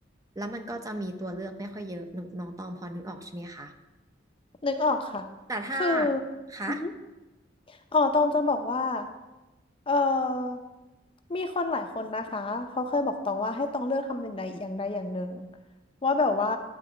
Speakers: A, on the right; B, on the left.
A: แล้วมันก็จะมีตัวเลือกไม่ค่อยเยอะนึกน้องตองพอนึกออกใช่ไหมคะ
B: นึกออกค่ะ
A: แต่ถ้า
B: คือ
A: คะ
B: อือหืออ๋อตองจะบอกว่า เออมีคนหลายคนนะคะ เขาเคยบอกตองว่าให้ตองเลือกทำอย่างใดอย่างใดอย่างหนึ่งว่าแบบว่า